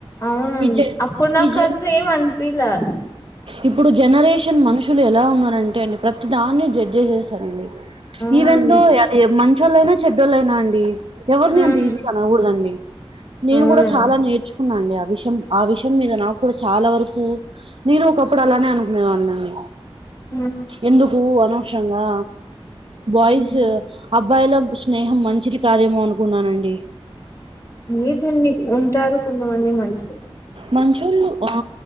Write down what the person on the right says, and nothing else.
ఈ జ
ఈ జ
ఇప్పుడు జనరేషన్ మనుషులు ఎలా ఉన్నారంటే అండి ప్రతి దాన్ని జడ్జే చేస్తారండి
ఈవెందో అది మంచోళ్ళయినా చెడ్డోలయినా అండి ఎవరిని
అంత ఈజీగా అనకూడదండి నేను
కూడా చాలా నేర్చుకున్నా అండి అవిష్ షం ఆ విషయం మీద నాకు కూడా చాలా వరకు నేను ఒకప్పుడు అలానే అనుకునేదానని
ఎందుకు అనవసరంగా బయ్స్
ఊ అబ్బాయిల స్నేహం మంచిది కాదేమో అనుకున్నానండి
మంచోళ్లు ఆ